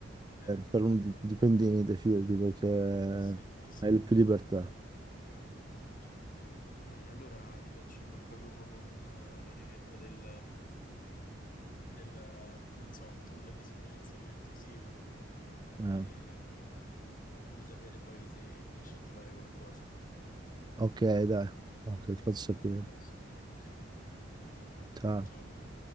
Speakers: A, on the left; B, on the right.
A: Eh,
B: per un di- dipendente, fidati, perché
A: eh sì, eh sì.
B: hai più libertà.
A: Immagino. Va bene, allora ti faccio in bocca al lupo con eh, la ricerca del, del, eh, non so, tool di sicurezza per il tuo sito.
B: Eh.
A: E fammi sapere poi se riesci a trovare qualcosa.
B: Ok, dai. Ok, ti faccio sapere.
A: Va bene. <laughs> Dai.
B: Ciao.
A: Ciao Luca.